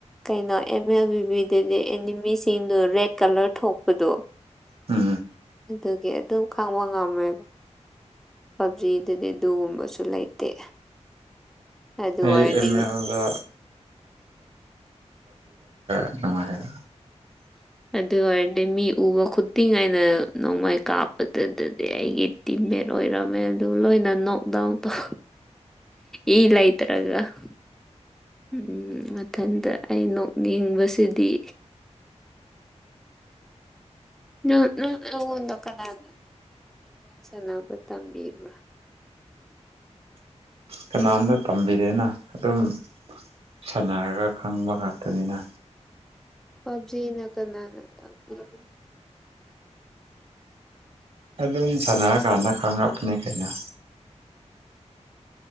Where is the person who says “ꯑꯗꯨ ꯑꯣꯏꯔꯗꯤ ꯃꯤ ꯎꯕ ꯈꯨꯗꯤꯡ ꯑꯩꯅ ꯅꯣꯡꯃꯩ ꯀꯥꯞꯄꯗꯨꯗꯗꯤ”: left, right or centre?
Centre